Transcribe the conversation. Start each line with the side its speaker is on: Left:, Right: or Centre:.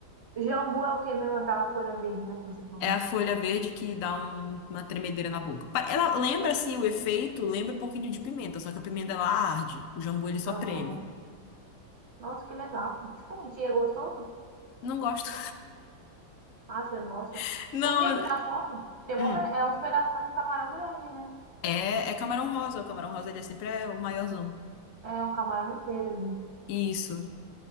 Right: Jambu é o que mesmo? Aquela folha verde, né? Que você falou.
Left: É a folha verde que dá um- uma tremedeira na boca. Pa- Ela lembra, assim, o efeito, lembra um pouquinho de pimenta, só que a pimenta ela arde, o jambu ele só
Right: Aham.
Left: treme.
Right: Nossa, que legal. Diferente. E é gostoso?
Left: Não gosto.
Right: Ah, você gosta?
Left: <laughs> Não,
Right: Eu vi aqui na foto. Tem uma,
Left: hum,
Right: pe- é uns pedaços de camarão grande, né?
Left: é, é camarão rosa, o camarão rosa ele é sempre é o maiorzão.
Right: É um camarão inteiro, ali, né?
Left: Isso.